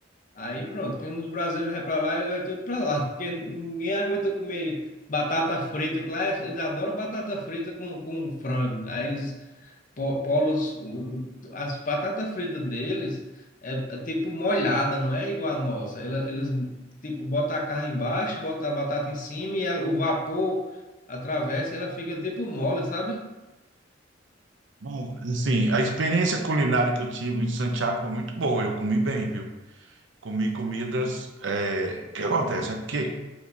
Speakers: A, on the left; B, on the right.
A: Aí pronto, quem os brasileiros vai para lá, ele vai tudo para lá, porque ninguém aguenta comer batata frita, que lá é- eles adoram batata frita com, com frango. Aí eles po- polos, as batatas fritas deles é, é tipo molhada, não é igual a nossa. Ela- Eles, tipo botam a carne embaixo, botam a batata em cima e ela- o vapor atravessa e ela fica tipo mole, sabe?
B: Bom, assim, a experiência culinária que eu tive em Santiago foi muito boa. Eu comi bem, viu? Comi comidas. é, O que acontece? É que